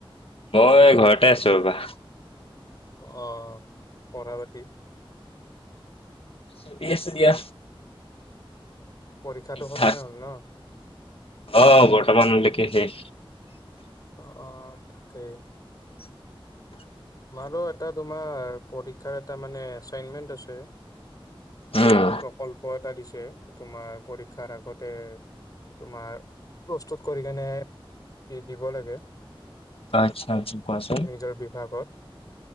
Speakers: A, on the left; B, on the left.
A: মই ঘৰতে আছো ৰ'বা।
B: অঁ পঢ়া-পাতি?
A: ঠিকে আছোঁ দিয়া।
B: পৰীক্ষাটো
A: ঠিক
B: খতমে
A: ঠাক
B: হ'ল ন?
A: অ বৰ্তমানলৈকে শেষ।
B: অ অ তাকেই। আমাৰো এটা তোমাৰ পৰীক্ষাৰ এটা মানে এচাইনমেণ্ট আছে।
A: উম
B: প্ৰকল্প এটা দিছে তোমাৰ পৰীক্ষাৰ আগতে তোমাৰ প্ৰস্তুত কৰি কেনে দি দিব লাগে।
A: আটচ্ছা আটচ্ছা কোৱাচোন?
B: তোৰ বিভাগত